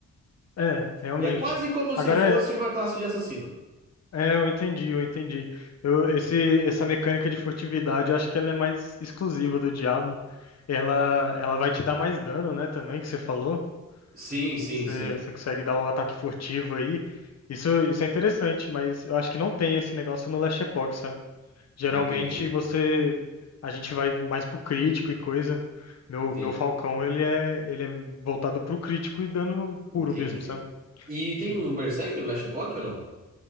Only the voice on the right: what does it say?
Ele é quase como
se fosse uma classe de assassino.
Sim, sim,
sim.
Entendi.
Entendi.
Entendi.
E tem
um Berserk no Last Epoch ou não?